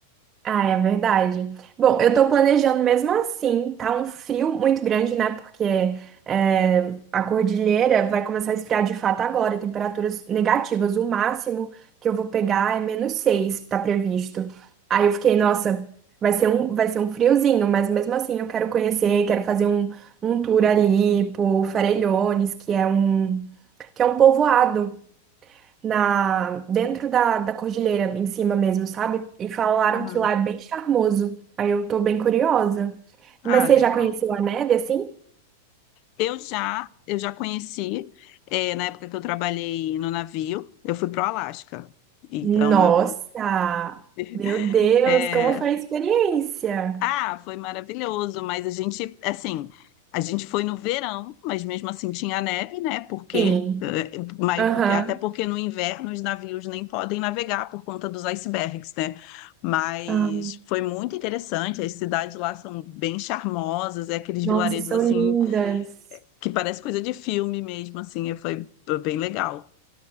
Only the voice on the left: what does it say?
Ah,
ah,
legal.
Eu já, eu já conheci, eh, na época que eu trabalhei no navio, eu fui pro Alasca. Então
eu, <laughs>
eh,
ah, foi maravilhoso, mas a gente, assim, a gente foi no verão, mas mesmo assim tinha neve, né? Porque,
eh, mas
porque até porque no inverno os navios nem podem navegar por conta dos icebergs, né? Mas
foi muito interessante. As cidades lá são bem charmosas, é aqueles
vilarejos
assim
que parece coisa de filme mesmo, assim, e foi bem legal,